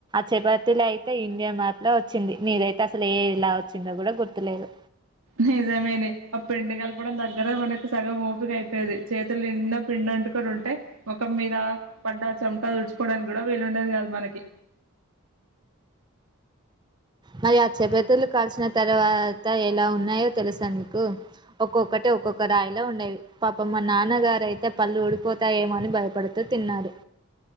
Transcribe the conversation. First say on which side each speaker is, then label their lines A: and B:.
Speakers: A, on the right; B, on the right.
A: చాపతిలో అయితే ఇండియా మ్యాప్ ల వచ్చింది నీదైతే అసలు ఏ ఇలా వచ్చిందో కూడా గుర్తులేదు
B: నిజమేనే ఆ పిండి కలపడం దగ్గర మనకి సగం ఓపిక అయిపోయేది చేతులనిండా పిండ రెంటు కర ఉంటయ్ ముఖం మీద పడ్డా చమట తుడుచుకోవడానికి కూడా వీలు ఉండేది కాదు మనకి
A: మరి ఆ చపతులు కాలిసిన తర్వాత ఎలా ఉన్నాయో తెలుసా నీకు ఒక్కొక్కటి ఒక్కొక్క రాయిల ఉండేవి పాపమ్ మా నాన్నగారయితే పళ్ళు ఊడిపోతాయో ఏమో అని భయపడుతు తిన్నారు